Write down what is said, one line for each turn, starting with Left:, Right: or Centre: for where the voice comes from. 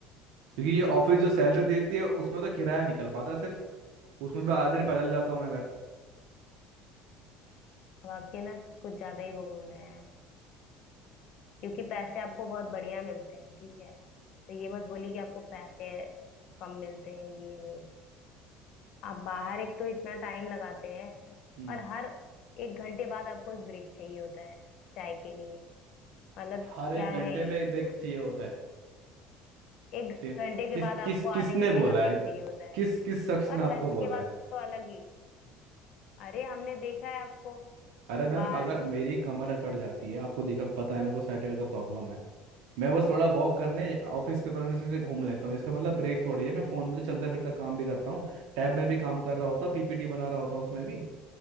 Right: क्योंकि ये ऑफिस जो सैलरी देती है उसमें तो किराया निकल पाता है सिर्फ उसमें भी आधे दिन पैदल जाता हूँ मैं घर
Left: अब आपके ना कुछ ज्यादा ही वो बोल रहे हैं क्योंकि पैसे आपको बहुत बढ़िया मिलते हैं ठीक है तो ये मत बोलिए कि आपको पैसे कम मिलते हैं ये वो आप बाहर एक तो इतना टाइम लगाते हैं
Right: हम्म
Left: और हर एक घंटे बाद आपको एक ब्रेक चाहिए होता है चाय के लिए मतलब
Right: हर एक
Left: क्या
Right: घंटे
Left: है ये
Right: में एक
Left: इतना
Right: ब्रेक चाहिए होता है
Left: एक
Right: ठीक।
Left: घंटे के
Right: किस
Left: बाद आपको
Right: किस
Left: आधे
Right: किसने
Left: घंटे
Right: बोला
Left: का ब्रेक
Right: है
Left: चाहिए होता है
Right: किस किस शख्स ने
Left: और
Right: आपको
Left: लंच
Right: बोला
Left: के बाद
Right: है
Left: तो अलग ही अरे हमने देखा है आपको
Right: अरे मैम
Left: बाहर
Right: अगर मेरी कमर अकड़ जाती है आपको देखा पता है मेरे को साइटिका का प्रॉब्लम है मैं बस थोड़ा वॉक करने ऑफिस पे परमिशन से घूम लेता हूँ इसका मतलब ब्रेक थोड़ी है मैं फोन में तो चलता फिरता काम भी करता हूँ टैब में भी काम कर रहा होता पीपीटी बना रहा होता हूँ उसमें भी